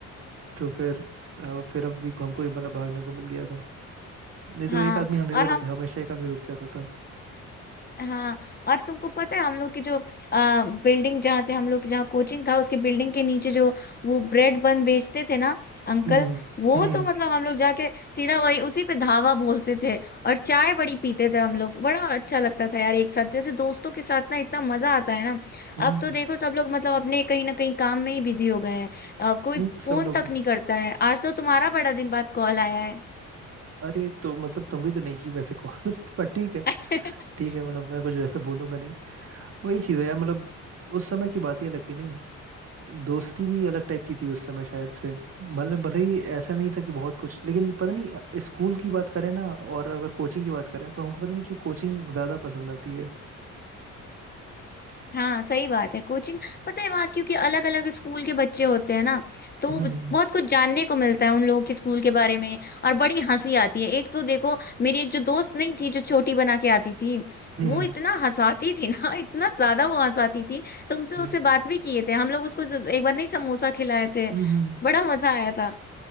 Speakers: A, on the right; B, on the left.
A: तो फिर अ, फिर अब भी हमको ही मतलब भागने को मिल गया था नहीं तो
B: हाँ
A: एक आदमी हमेशा
B: और हम
A: रुक हमेशा एक आदमी रुक जाता था
B: हाँ और तुमको पता है हम लोग की जो आ, बिल्डिंग जहाँ थे हम लोग की जहाँ कोचिंग था उसके बिल्डिंग के नीचे जो वो ब्रेड बन बेचते थे ना अंकल
A: हम्म
B: वो
A: हम्म हम्म
B: तो मतलब हम लोग जाके सीधा वही उसी पे धावा बोलते थे और चाय बड़ी पीते थे हम लोग बड़ा अच्छा लगता था यार एक साथ जैसे दोस्तों के साथ ना इतना मजा आता है ना
A: हम्म,
B: अब तो देखो सब लोग मतलब अपने कहीं ना कहीं काम में ही बिजी हो गए हैं आ, कोई
A: हम्म,
B: फोन
A: सब लोगों
B: तक नहीं करता है आज तो तुम्हारा बड़ा दिन बाद कॉल आया
A: अरे तो मतलब तुम भी तो नहीं की वैसे कॉल <laughs> पर ठीक है
B: है <laughs>
A: ठीक है मतलब मैं कुछ वैसे बोलूंगा नहीं वही चीज़ है यार मतलब उस समय की बात ही अलग थी नहीं दोस्ती भी अलग टाइप की थी उस समय शायद से मतलब भले ही ऐसा नहीं था कि बहुत कुछ लेकिन पता नहीं अ, स्कूल की बात करें ना और अगर कोचिंग की बात करें तो हमको पता नहीं क्यों कोचिंग ज़्यादा पसंद आती है
B: हाँ सही बात है कोचिंग पता है वहाँ क्योंकि अलग अलग स्कूल के बच्चे होते हैं ना तो
A: हम्म हम्म
B: बहुत कुछ जानने को मिलता है उन लोगों के स्कूल के बारे में और बड़ी हंसी आती है एक तो देखो मेरी एक जो दोस्त नहीं थी जो चोटी बना के आती थी
A: हम्म
B: वो
A: हम्म
B: इतना हंसाती थी ना <laughs> इतना ज्यादा वो हंसाती थी तुमसे
A: हम्म,
B: उससे बात भी किए थे हम लोग उसको ज- एक बार नहीं समोसा खिलाए थे
A: हम्म, हम्म, हम्म, हम्म।
B: बड़ा मजा आया था